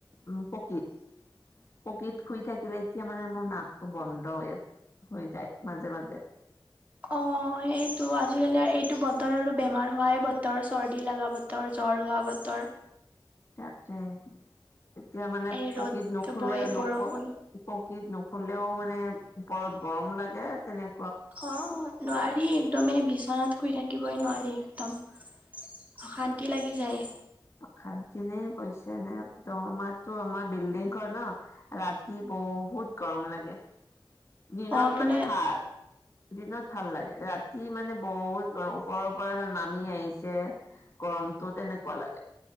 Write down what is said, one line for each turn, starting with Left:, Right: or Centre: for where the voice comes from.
Left: উম পকীত। পকীত শুই থাকিলে এতিয়া মানে মোৰ নাকটো বন্ধ হৈ আছে। হৈ যায় মাজে মাজে।
Right: অ', সেইটো আজিকালি আৰু এইটো বতৰ আৰু বেমাৰ হোৱাই বতৰ চৰ্দি লগা বতৰ জ্বৰ হোৱা বতৰ।
Left: তাকতে এতিয়া মানে
Right: এই
Left: পকীত
Right: ৰ'দ
Left: নুশুলে
Right: দিব এই
Left: নুশু
Right: বৰষুণ
Left: পকীত নুশুলেও মানে ওপৰত গৰম লাগে তেনেক
Right: অ', নোৱাৰি একদমেই বিচনাত শুই থাকিবই নোৱাৰি একদম। অশান্তি লাগি যায়।
Left: অশান্তিনে কৈছে নে একদম আমাতো আমাৰ বিল্ডিং ঘৰ ন। ৰাতি বহুত গৰম লাগে দিনত
Right: অ', আপুনি
Left: মানে ভাল।
Right: অ',
Left: দিনত ভাল লাগে ৰাতি মানে বহুত গৰ ওপৰৰ পৰা যে নামি আহিছে। গৰমতো তেনেকুৱা লাগে।